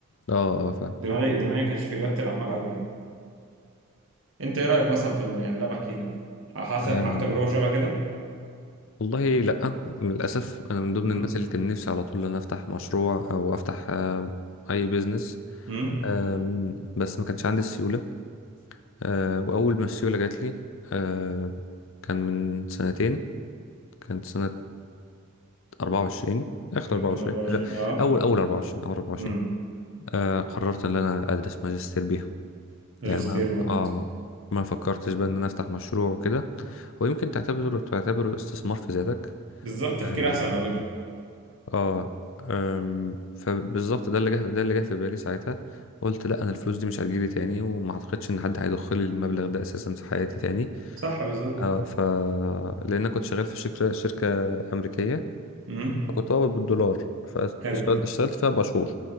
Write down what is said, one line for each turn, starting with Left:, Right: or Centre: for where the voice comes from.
Left: اه اه فاهم
Right: دماغي دماغي ما كانتش في ريادة الأعمال أوي يعني أنت إيه رأيك مثلا في ال... يعني اللي أنا بحكيه ده حصلت
Left: أم،
Right: معاك تجربة شبه كده؟
Left: والله لا للاسف انا من ضمن
Right: امم
Left: الناس اللي كان نفسي على طول ان أنا افتح مشروع او افتح آه، اي بيزنس
Right: امم
Left: آم، بس ما كانش عندي السيوله آه، واول ما السيوله جات لي آه، كان من سنتين كانت سنه 24 اخر
Right: 2024
Left: 24 آه،
Right: أه
Left: اول اول 24 اول 24
Right: امم
Left: آه قررت ان انا ادرس ماجستير بيها
Right: ماجستير
Left: يعني ما
Right: مت...
Left: اه ما فكرتش بقى ان انا افتح مشروع وكده هو يمكن تعتبره تعتبره استثمار في ذاتك
Right: بالظبط تفكير
Left: آم،
Right: أحسن على فكرة
Left: اه آم، فبالظبط ده اللي جه ده اللي جه في بالي ساعتها قلت لا انا الفلوس دي مش هتجيلي تاني وما اعتقدش ان حد هيدخل لي المبلغ ده اساسا في حياتي تاني
Right: صح بالظبط
Left: اه ف لان انا كنت شغال في شركه شركه امريكيه
Right: امم
Left: كنت بقبض بالدولار فاشتغلت
Right: حلو
Left: اشتغلت فيها اربع شهور